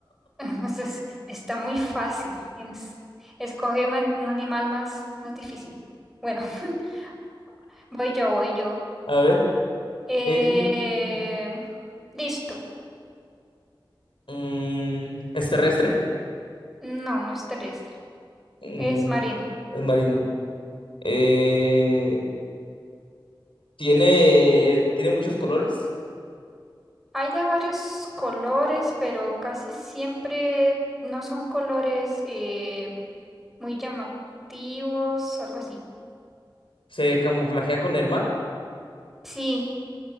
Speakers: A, in the centre; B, on the left.
A: <laughs> pues es- está muy fácil. Tienes- escoge un, an- un animal más, más difícil. Bueno, <laughs> voy yo, voy yo.
B: A ver.
A: Eh,
B: eh, ujú.
A: listo.
B: Mm, ¿es terrestre?
A: No, no es terrestre.
B: Mm,
A: Es marino.
B: es marino. Eh, ¿tiene, tiene muchos colores?
A: Hay de varios colores, pero casi siempre no son colores eh, muy llamativos, algo así.
B: ¿Se camuflajea con el mar?
A: Sí,